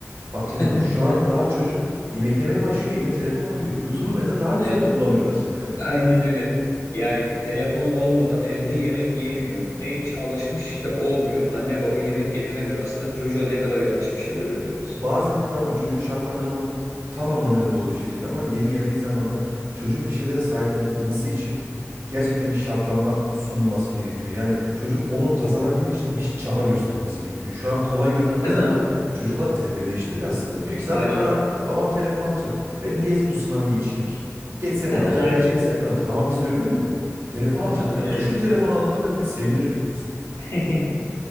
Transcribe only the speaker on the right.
Baktığın
zaman şu an daha çocuk emeklemeye başlıyor eline telefon alıyor. YouTube'u benden daha güzel
kullanıyorlar. <laughs>
Bazen tamam çocuğu şartlandırmak tam anlamıyla doğru bir şey değil ama yeri geldiği zaman da çocuğun bir şeylere sahip olması için gerçekten bir şartlanma sunulması gerekiyor. Yani çocuk onu kazanabilmek için bir çaba göstermesi gerekiyor. Şu an kolay yönden
kazanmak
çocukları tembelleştiriyor aslında. Diyor ki zaten
bana
babam telefon alacak. Ben niye bu sınavı geçeyim ki? Geçsem
de alacak,
geçmesem
de alacak. Ama bizde öyle miydi? Telefon alacak.
Ya tuşlu
telefon aldığında bile sevinirdik biz.